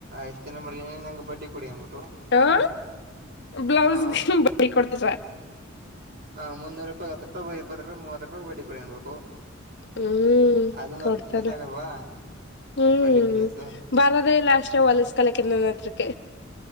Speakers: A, on the right; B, on the left.
A: ಎಷ್ಟು ಜನ ಮಾಡ್ ನಂಗೆ ಬಡ್ಡಿ ಕೊಡಿ ಅಂದ್ಬಿಟ್ಟು
B: ಹ ಬ್ಲೌಸ್
A: ಹ
B: ಬಡ್ಡಿ ಕೊಡ್ತದ
A: ಹಾ ಮುನ್ನೂರು ರಪಿ ಹತ್ತು ರೂಪಿ ಇಪ್ಪತ್ತು ರೂಪಾಯ ಮೂವತ್ತು ರೂಪಾಯಿ ಬೇಿ ಕೊಡಿ ಅನ್ಬೇಕು
B: ಹ್ಮ್
A: ಅದೊಂದು
B: ಕೊಡ್ತಾರ
A: ಹೊಸ ಬಿಸ್ನೆಸ್ ಆಗಲ್ವಾ
B: ಹ್ಮ್
A: ಬಡ್ಡಿ ಬಿಸ್ನೆಸ್
B: ಬರೋದೇ ಇಲ್ಲ ಅಷ್ಟೇ ಹೊಲಿಸ್ ಕಲಕ್ಕೆನ್ನನ್ ಹತ್ರಕ